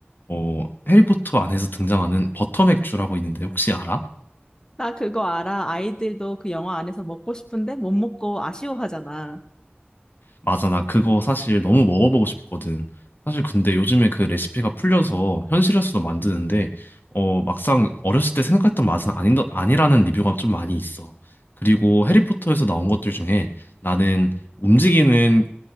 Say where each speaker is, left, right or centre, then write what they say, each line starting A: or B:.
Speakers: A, on the left (about 55°); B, on the left (about 20°).
A: 어, 해리포터 안에서 등장하는 버터맥주라고 있는데 혹시 알아?
B: 나 그거 알아. 아이들도 그 영화 안에서 먹고 싶은데 못 먹고 아쉬워하잖아.
A: 맞아, 나 그거 사실 너무 먹어보고 싶거든. 사실 근데 요즘에 그 레시피가 풀려서 현실에서도 만드는데, 어, 막상 어렸을 때 생각했던 맛은 아닌, 아니라는 리뷰가 좀 많이 있어. 그리고 해리포터에서 나온 것들 중에 나는 움직이는